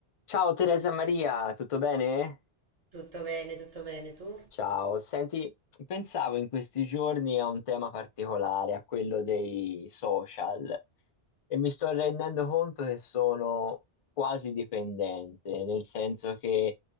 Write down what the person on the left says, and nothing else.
Ciao Teresa Maria, tutto bene?
Ciao, senti, pensavo in questi giorni a un tema particolare, a quello dei social, e mi sto rendendo conto che sono quasi dipendente, nel senso che